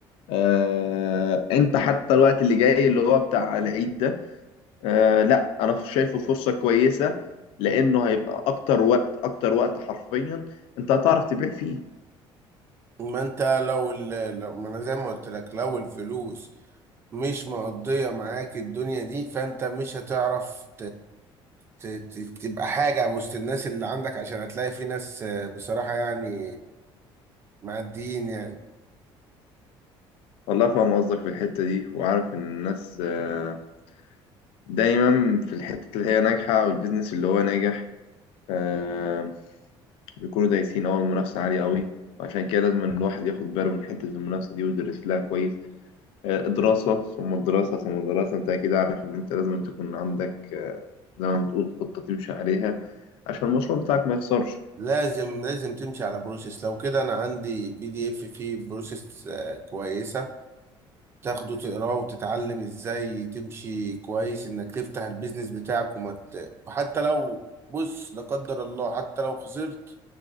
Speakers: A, on the left (about 70°); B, on the right (about 25°).
A: آه، أنت حتى الوقت اللي جاي اللي هو بتاع العيد ده آه، لأ أنا شايفه فرصة كويسة لأنه هيبقى أكتر وقت أكتر وقت حرفيا أنت هتعرف تبيع فيه
B: ما انت لو, ال... لو ما انا زي ما قلت لك لو الفلوس مش مقضية معاك الدنيا دي فانت مش هتعرف ت- ت- تبقى حاجة وسط الناس اللي عندك عشان هتلاقي في ناس آه، بصراحة يعني معديين يعني
A: والله فاهم قصدك في الحتة دي وعارف إن الناس آه، دايما في الحتة اللي هي ناجحة أو البيزنس اللي هو ناجح آه بيكونوا دايسين أول المنافسة عالية أوي وعشان كده لازم إن الواحد ياخد باله من حتة المنافسة دي ويدرس لها كويس آه دراسة ثم الدراسة ثم الدراسة أنت أكيد عارف إن أنت لازم تكون عندك آه زي ما بتقول خطة تمشي عليها عشان المشروع بتاعك ما يخسرش
B: لازم لازم تمشي على بروسيس لو كده أنا عندي بي دي إف فيه بروسيس آه، كويسة تاخده تقراه وتتعلم إزاي تمشي كويس إنك تفتح البيزنس بتاعك وما ت- وحتى لو بص لا قدر الله حتى لو خسرت